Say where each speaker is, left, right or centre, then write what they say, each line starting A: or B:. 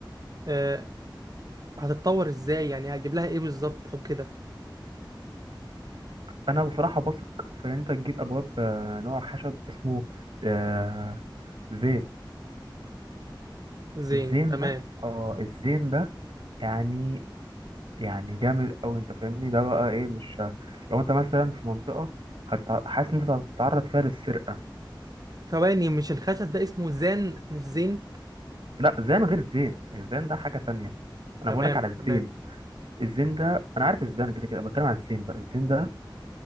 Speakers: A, on the right; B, on the right.
A: آه هتتطور ازاي يعني هجيب لها ايه بالظبط او كده
B: انا بصراحه بثق في إن انت تجيب ابواب آه، نوع خشب اسمه آه، زين
A: زين
B: الزين
A: تمام
B: ده اه الزين ده يعني يعني جامد قوي انت فاهمني ده بقى ايه مش لو انت مثلا في منطقة هت- حاسس ان انت هتتعرض فيها للسرقة
A: ثواني مش الخشب ده اسمه زان مش زين
B: لا زين غير زين الزين ده حاجة تانية انا
A: تمام
B: بقولك على الزين
A: تمام
B: الزين ده انا عارف الزين كده كده بتكلم على الزين بقى الزين ده